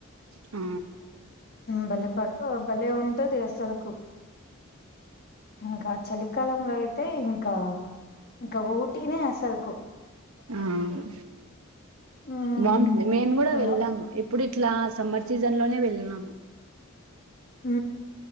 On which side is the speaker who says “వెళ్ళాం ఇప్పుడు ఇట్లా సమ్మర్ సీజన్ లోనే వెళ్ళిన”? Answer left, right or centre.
Right